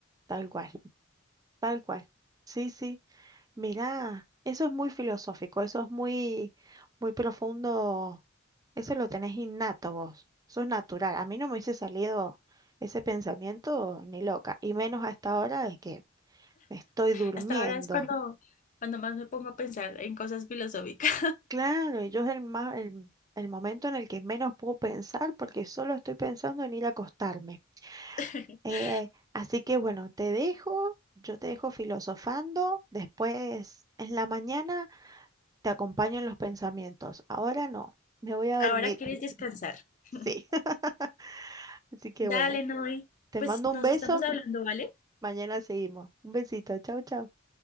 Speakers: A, on the right; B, on the left.
A: tal cual, tal cual. Sí, sí. Mirá, eso es muy filosófico, eso es muy, muy profundo. Eso lo tenés innato vos, eso es natural. A mí no me hubiese salido ese pensamiento ni loca, y menos a esta hora de que me estoy durmiendo.
B: Hasta ahora es cuando, cuando más me pongo a pensar en cosas filosóficas.
A: Claro, y yo es el más, el, el momento en el que menos puedo pensar porque solo estoy pensando en ir a acostarme.
B: <laughs>
A: Eh, así que bueno, te dejo, yo te dejo filosofando, después en la mañana te acompaño en los pensamientos. Ahora no, me voy a
B: Ahora
A: dormir.
B: quieres descansar. <laughs>
A: Sí, <laughs> así que
B: Dale,
A: bueno,
B: Noé.
A: te
B: Pues
A: mando
B: nos
A: un beso,
B: estamos hablando, ¿vale?
A: mañana seguimos. Un besito, chau, chau.